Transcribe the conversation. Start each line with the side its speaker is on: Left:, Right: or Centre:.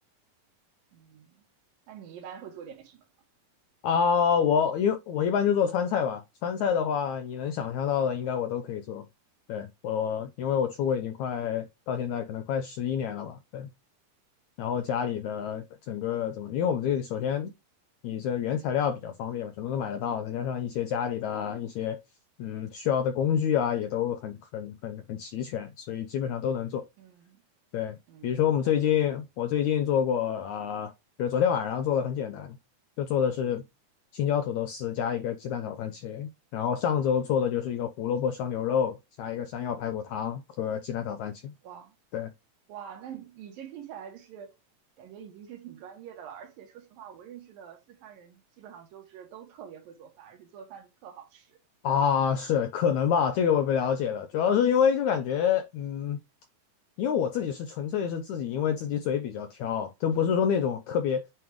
Right: 嗯，那你一般会做点什么呢？
Left: 啊，我因为我一般就做川菜吧，川菜的话你能想象到的应该我都可以做。对，我因为我出国已经快到现在可能快十一年了吧，对，然后家里的整个怎么，因为我们这个首先你这原材料比较方便嘛，什么都买得到，再加上一些家里的啊一些嗯需要的工具啊，也都很很很很齐全，所以基本上都能做。
Right: 嗯。
Left: 对，
Right: 嗯，
Left: 比如说我们最近我最近做过啊、
Right: 了解。
Left: 比如昨天晚上做的很简单，就做的是青椒土豆丝加一个鸡蛋炒番茄，然后上周做的就是一个胡萝卜烧牛肉加一个山药排骨汤和鸡蛋炒番茄。
Right: 哇
Left: 对。
Right: 哇，那你你这听起来就是感觉已经是挺专业的了。而且说实话，我认识的四川人基本上就是都特别会做饭，而且做饭特好吃。
Left: 啊，是可能吧，这个我也不了解了。主要是因为就感觉，嗯，因为我自己是纯粹是自己，因为自己嘴比较挑，就不是说那种特别